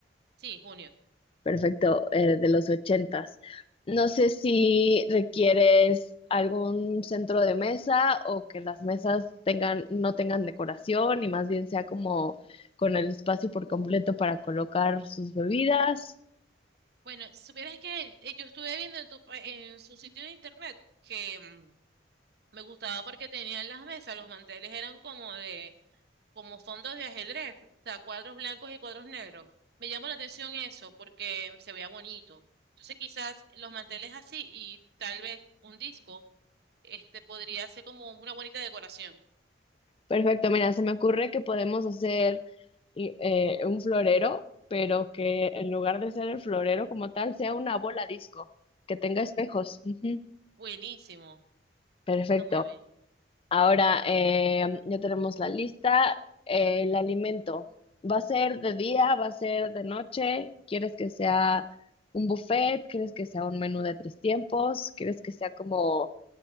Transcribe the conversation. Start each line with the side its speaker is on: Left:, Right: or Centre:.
Right: Sí, junio.
Left: Perfecto, eh, de los ochentas. No sé si requieres algún centro de mesa o que las mesas tengan, no tengan decoración y más bien sea como con el espacio por completo para colocar sus bebidas
Right: Bueno, supieras que eh, yo estuve viendo en, tu pa- en su sitio de internet que mm, Me gustaba porque tenían las mesas, los manteles eran como de, como fondos de ajedrez, o sea, cuadros blancos y cuadros negros. Me llamó la atención eso porque se veía bonito. Entonces quizás los manteles así y tal vez un disco, este podría ser como una bonita decoración.
Left: Perfecto, mira, se me ocurre que podemos hacer y- eh, un florero, pero que
Right: ¿Eh?
Left: en lugar de ser el florero como tal, sea una bola disco, que tenga espejos. Ujú.
Right: Buenísimo,
Left: Perfecto.
Right: está muy bien.
Left: Ahora eh, ya tenemos la lista. Eh, el alimento. ¿Va a ser de día? ¿Va a ser de noche? ¿Quieres que sea un buffet? ¿Quieres que sea un menú de tres tiempos? ¿Quieres que sea como